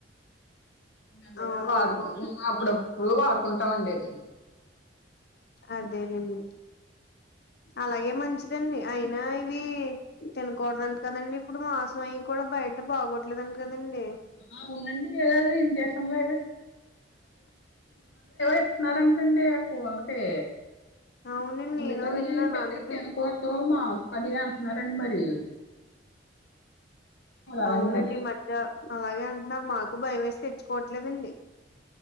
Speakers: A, on the left; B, on the left.
A: మెల్లగ
B: అవునవును
A: వాడుకు అప్పుడప్పుడు వాడుకుంటా ఉండేది
B: అదేనండి అలాగే మంచిదండి అయినా ఇవి తినకూడదుంట కదండి ఇప్పుడు మాసం అయ్యి కూడ బయట బాగోట్లేదంట కదండి
A: అవునండి <unintelligible> ఏవో ఇస్తున్నారంటండి కోళకే
B: అవునండి
A: అందుకని
B: నేను విన్నాను
A: పెద్దగ
B: అందుకే
A: తినకో దో మాస అది అంటన్నారు అండి మరి చూడాలండి
B: అవునండి
A: మరి
B: ఈ మధ్య అలాగే అంటున్నారు మాకు భయం ఏసీ తెచ్చుకోట్లేదండి